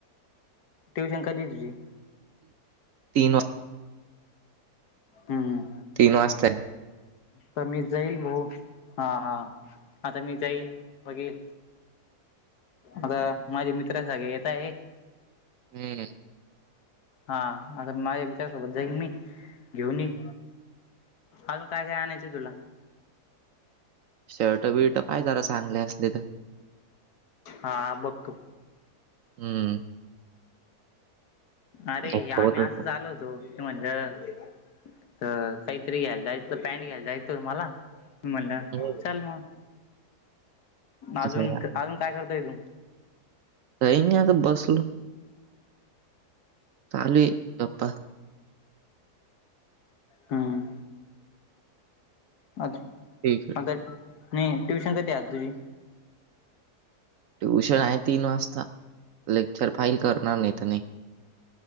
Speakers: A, on the left; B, on the right.
A: ट्युशन कधी तुझी
B: तीन वा
A: हम्म
B: वाजता आहे.
A: तर मी जाईल भाऊ हा हा आता मी जाईल बघे आता माझे मित्रा सगळे येत आहे
B: हम्म
A: हा आता माझ्या विचारसोबत जाईन मी घेऊन येईन अजून काय काय आणायचं तुला
B: शर्ट बीट पाहि जरा चांगले असले तर
A: हा बघतो
B: हम्म
A: अरे
B: नाही सोबत
A: आम्ही
B: होतं
A: असं आलो होतो त म्हणलं अ काहीतरी घ्यायला जायचं पॅन्ट घ्यायला जायचं तुम्हाला म्हणलं
B: हम्म,
A: चल मग अजून
B: असं आहे का?
A: अजून काय करतोय तू
B: काही नाही आता बसलो चालू आहेेत गप्पा
A: हम्म अ
B: ठीक आहे
A: आता म ट्युशन कधी आहे तुझी
B: ट्युशन आहे तीन वाजता लेक्चर फाईल करणार नाही तर नाही